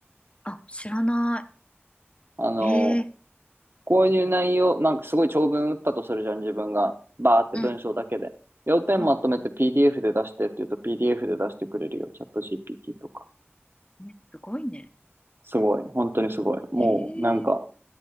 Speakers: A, on the left (about 25°); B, on the right (about 55°).
A: あ、知らな
B: あの、
A: い。ええ
B: こういう内容、なんかすごい長文打ったとするじゃん、自分が。バーって文章だけで。
A: うん、
B: 要点まとめて
A: うん。
B: PDF で出してって言うと PDF で出してくれるよ。チャット GPT とか。
A: ね、すごいね。
B: すごい。本当にすごい。もう、
A: ええ
B: なんか、